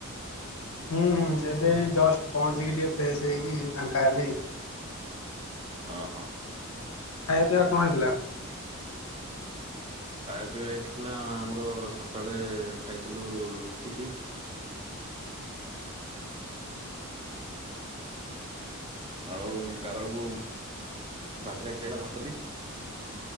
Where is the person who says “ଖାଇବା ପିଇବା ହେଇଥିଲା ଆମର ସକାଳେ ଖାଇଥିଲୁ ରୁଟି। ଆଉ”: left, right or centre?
Right